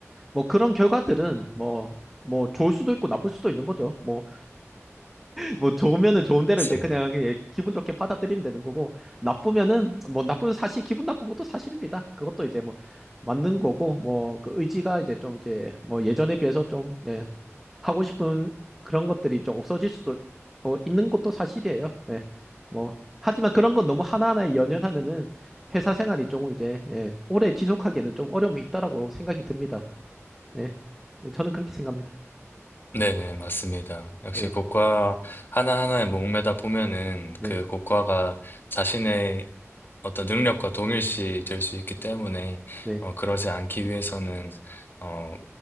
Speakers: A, in the centre; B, on the left.
A: 뭐 그런 결과들은 뭐, 뭐 좋을 수도 있고 나쁠 수도 있는 거죠. 뭐, 뭐 좋으면은 좋은 대로
B: 맞습니다.
A: 이제 그냥 예, 기분 좋게 받아들이면 되는 거고 나쁘면은 뭐 나쁜 사실, 기분 나쁜 것도 사실입니다. 그것도 이제 뭐 맞는 거고 뭐 그 의지가 이제 좀 이제 뭐 예전에 비해서 좀 예, 하고 싶은 그런 것들이 좀 없어질 수도 어, 있는 것도 사실이에요. 예. 뭐 하지만 그런 건 너무 하나하나에 연연하면은 회사 생활이 조금 이제 예, 오래 지속하기에는 좀 어려움이 있다라고 생각이 듭니다. 네. 네, 저는 그렇게 생각합니다.
B: 네네, 맞습니다. 역시
A: 네,
B: 고과 하나하나에 목매다 보면은
A: 네,
B: 그 고과가 자신의 어떤 능력과 동일시 될 수 있기 때문에
A: 네.
B: 어, 그러지 않기 위해서는 어,